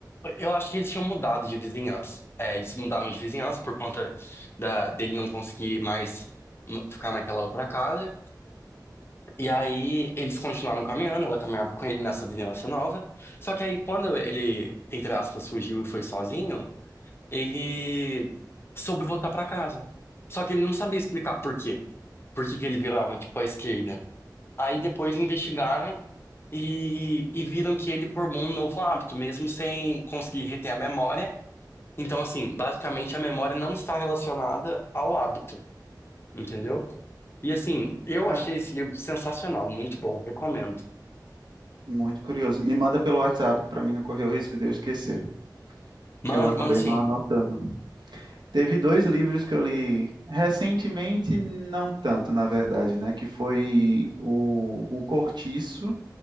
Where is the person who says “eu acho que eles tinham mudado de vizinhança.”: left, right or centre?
Left